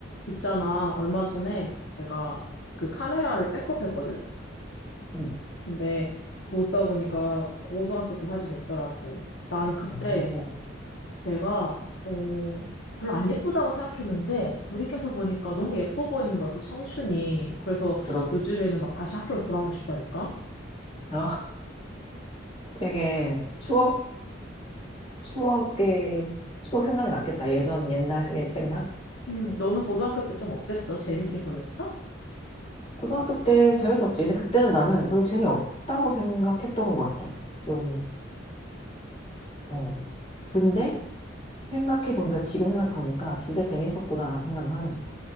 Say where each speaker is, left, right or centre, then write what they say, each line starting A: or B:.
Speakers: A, on the left (about 75°); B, on the left (about 30°).
A: 있잖아, 얼마 전에 내가 그 카메라를 백업했거든?
B: 응.
A: 근데 보다 보니까 고등학교 때 사진이 있더라고. 나는 그때
B: 어,
A: 내가, 어, 별로 안 예쁘다고 생각했는데 돌이켜서 보니까 너무 예뻐 보이는 거야, 그 청춘이. 그래서
B: 그렇
A: 요즘에는 막 다시 학교로 돌아가고 싶다니까?
B: 아 되게 추억, 추억에, 추억 생각이 났겠다. 예전, 옛날, 옛 생각?
A: 음, 너는 고등학교 때 좀 어땠어? 재밌게 보냈어?
B: 고등학교 때 재밌었지. 근데 그때는 나는 별로 재미없다고 생각했던 것 같아. 좀, 응. 근데 생각해보니까, 지금 생각해보니까 진짜 재밌었구나라는 생각을 하는 거야.